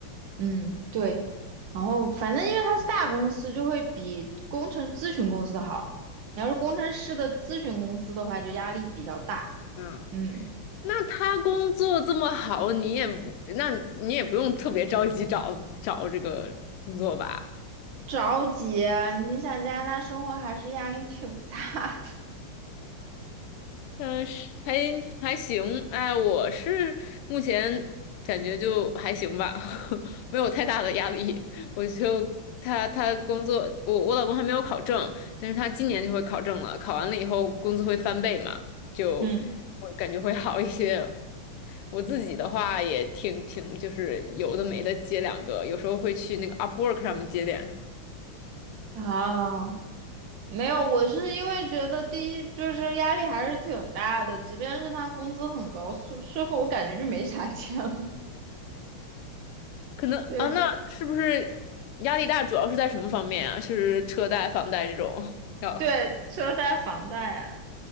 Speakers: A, on the right; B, on the left.
A: 嗯，对，然后反正因为它是大公司，就会比工程咨询公司好。你要是工程师的咨询公司的话，就压力比较大。
B: 嗯。
A: 嗯，
B: 那他工作这么好，你也不那你也不用特别着急找找这个工作吧？
A: 着急啊你想加拿大生活还是压力挺大的。
B: 嗯，是还还行，哎，我是目前感觉就还行吧，<laughs> 没有太大的压力。<laughs> 我就他他工作，我我老公还没有考证，但是他今年就会考证了，考完了以后工资会翻倍嘛，就
A: <laughs> 嗯，
B: 我感觉会好一些。我自己的话也挺挺，就是有的没的接两个，有时候会去那个 Upwork 上面接点。
A: 啊，没有，我是因为觉得第一就是压力还是挺大的，即便是他工资很高，税税后我感觉就没啥钱了。<laughs>
B: 可能啊，
A: 对
B: 那是不是压力大主要是在什么方面啊？是车贷、房贷这种？<laughs> 要
A: 对，车贷、房贷啊，